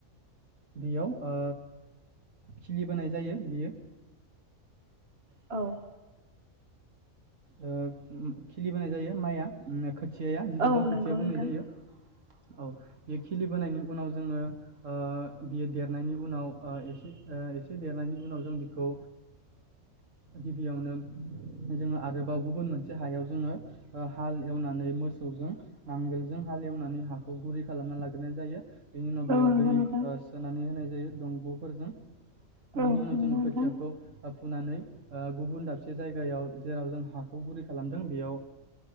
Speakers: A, on the right; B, on the right.
A: बेयाव ओ खिलिबोनाय जायो बियो
B: औ
A: खिलिबोनाय जायो माइआ खोथि थियाया जिखौ
B: औ
A: जों खोथिया
B: नंगौ
A: बुंनाय
B: नोंथां
A: जायो औ बे खिलिबोनायनि उनाव जोङो ओ बियो देरनायनि ओ उनाव एसे एसे देरनायनि उनाव जों बिखौ गिबियावनो जों आरो बाव गुबुन मोनसे हायाव जोङो हाल एवनानै मोसौजों नांगोलजों हाल एवनानै हाखौ गुरै खालामना लाग्रोनाय जायो बेनि उनाव बेयाव
B: औ नंगौ
A: दै
B: नोंथां
A: सोनानै होनाय जे दंगफोरजों
B: औ
A: बिनि उनाव
B: नंगौ
A: जोंङो
B: नोंथां
A: खोथियाखौ फुनानै गुबुन दाबसे जायगायाव जेराव जों हाखौ गुरै खालामदों बेयाव